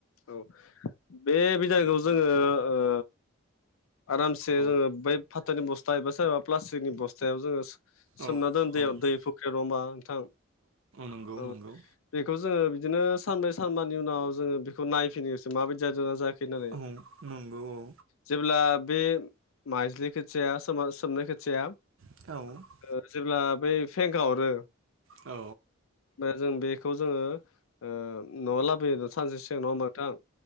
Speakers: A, on the left (about 75°); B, on the right (about 70°).
A: औ बे बे जागायाव जोङो ओ आरामसे
B: औ
A: जोङो बै फाथोनि बस्था एबा सोरबा प्लास्टिकनि बस्थायाव जोङो सोमना
B: औ
A: दोन दैयाव
B: औ
A: दै फुख्रियाव नङा होनबा नोंथां
B: नंगौ
A: औ
B: नंगौ
A: बेखौ जोङो बिदिनो सानब्रै सानबानि उनाव जोङो बेखौ नायफिनो गोसो माबायदि जादों ना जायाखै होननानै
B: औ नंगौ औ
A: जेब्ला बे माइजलि खोथिया सोमा सोमनाय खोथिाया
B: औ
A: ओ जेब्ला बै फेंखा हरो
B: औ
A: ओमफ्राय जों बेखौ जोङो ओ न'आ लाबोयो सानसे सिगां नंङा ओमबा नोंथां।